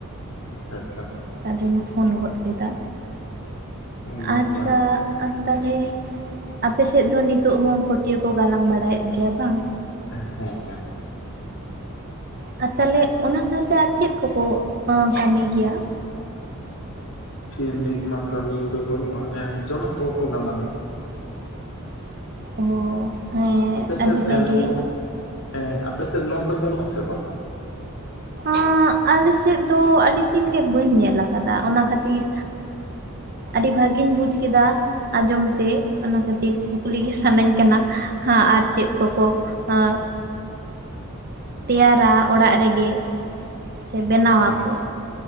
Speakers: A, on the left; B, on the right.
A: ᱟᱪᱪᱷᱟ ᱟᱪᱪᱷᱟ
B: ᱟᱫᱚᱧ ᱯᱷᱳᱱ ᱜᱚᱫ ᱠᱮᱫᱟ
A: ᱟᱹᱰᱤ ᱱᱟᱯᱟᱭ
B: ᱟᱪᱪᱷᱟᱼᱼ ᱟᱨ ᱛᱟᱦᱚᱞᱮ ᱟᱯᱮᱥᱮᱫ ᱫᱚ ᱱᱤᱛᱚᱜ ᱦᱚᱸ ᱯᱟᱹᱴᱭᱟᱹ ᱠᱚ ᱜᱟᱞᱟᱝ ᱵᱟᱲᱟᱭᱮᱫ ᱜᱮᱭᱟ ᱵᱟᱝ
A: ᱦᱮᱸ ᱦᱮᱸ
B: ᱟᱨ ᱛᱟᱦᱚᱞᱮ ᱚᱱᱟ ᱥᱟᱶᱛᱮ ᱟᱨ ᱪᱮᱫ ᱠᱚᱠᱚ ᱠᱟᱹᱢᱤ ᱜᱮᱭᱟ
A: ᱩ ᱱᱤᱛ ᱢᱟ ᱠᱟᱹᱢᱤ ᱫᱚ ᱵᱟᱹᱱᱩᱜᱼᱟ ᱮ ᱡᱚᱱᱚᱜ ᱠᱚ ᱠᱚ ᱜᱟᱞᱟᱝᱼᱟ
B: ᱚ ᱦᱮᱸ
A: ᱟᱯᱮ ᱥᱮᱫ
B: ᱟᱹᱰᱤ ᱵᱷᱟᱜᱮ
A: ᱱᱚᱣᱟ ᱦᱮᱸ ᱟᱯᱮᱥᱮᱫ ᱱᱚᱣᱟ ᱠᱚ ᱧᱮᱞᱚᱜ ᱟᱥᱮ ᱵᱟᱝ
B: ᱮᱫ ᱟᱞᱮ ᱥᱮᱫ ᱫᱚ ᱟᱹᱰᱤ ᱫᱤᱱ ᱜᱮ ᱵᱟᱹᱧ ᱧᱮᱞ ᱟᱠᱟᱫᱟ ᱚᱱᱟ ᱠᱷᱟᱹᱛᱤᱨ ᱟᱹᱰᱤ ᱵᱷᱟᱹᱜᱤᱧ ᱵᱩᱡ ᱠᱮᱫᱟ ᱟᱸᱡᱚᱢ ᱛᱮ ᱚᱱᱟ ᱠᱷᱟᱹᱛᱤᱨ ᱠᱩᱠᱞᱤ ᱜᱮ ᱥᱟᱱᱟᱧ ᱠᱟᱱᱟ ᱟᱨ ᱪᱮᱫ ᱠᱚᱠᱚ ᱟ ᱛᱮᱭᱟᱨᱟ ᱚᱲᱟᱜ ᱨᱮᱜᱮ ᱥᱮ ᱵᱮᱱᱟᱣᱟᱠᱚ
A: ᱟᱪᱪᱷᱟ